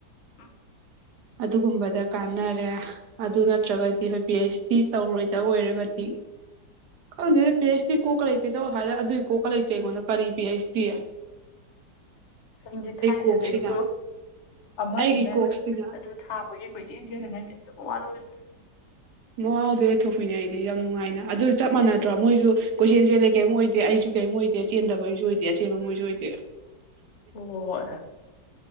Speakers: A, on the left; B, on the right.
A: ꯎꯝ
B: ꯑꯗꯨꯒꯨꯝꯕꯗ ꯀꯥꯟꯅꯔꯦ ꯑꯗꯨ ꯅꯠꯇ꯭ꯔꯒꯗꯤ ꯑꯩꯈꯣꯏ ꯄꯤ ꯑꯩꯩꯆ ꯗꯤ ꯇꯧꯔꯣꯏꯗ ꯑꯣꯏꯔꯒꯗꯤ ꯀ ꯄꯤ ꯑꯩꯁꯇꯤ ꯀꯣꯛꯀ ꯂꯩꯇꯦ ꯆ ꯍꯥꯏꯔꯦ ꯑꯗꯨꯏ ꯀꯣꯛꯀ ꯂꯩꯇꯦ ꯑꯩꯉꯣꯟꯗ ꯀꯔꯤ ꯄꯤ ꯑꯩꯁꯇꯤ
A: ꯁꯪꯗꯤ ꯊꯥꯏꯖꯗꯩꯁꯨ
B: ꯀꯣꯛꯁꯤꯅ
A: ꯑꯃꯗꯨꯅ
B: ꯑꯩꯒꯤ ꯀꯣꯛꯁꯤꯅ
A: ꯑꯗꯨ ꯊꯥꯕꯒꯤ ꯑꯩꯏ ꯏ ꯆꯦꯟ ꯆꯦꯜ ꯍꯒꯪ ꯑꯗꯨꯝ ꯋꯥꯔꯧꯅꯦ
B: ꯅꯅꯨꯡꯉꯥꯎꯗꯦ ꯊꯣꯛꯄꯤꯅꯤꯡꯥꯏꯗꯤ ꯌꯥꯝ ꯅꯨꯡꯉꯥꯏꯅ ꯑꯗꯨ ꯆꯞ ꯃꯥꯟꯅꯗ꯭ꯔꯣ ꯃꯣꯏꯁꯨ ꯀꯣꯏꯁꯦꯟ ꯆꯦꯜꯗ ꯀꯔꯤꯝ ꯑꯣꯏꯗꯦ ꯑꯩꯁꯨ ꯀꯔꯤꯝ ꯑꯣꯏꯗꯦ ꯆꯦꯟꯗꯕꯩꯁꯨ ꯑꯣꯏꯗꯦ ꯑꯆꯦꯟꯕ ꯃꯣꯏꯁꯨ ꯑꯣꯏꯗꯦ
A: ꯍ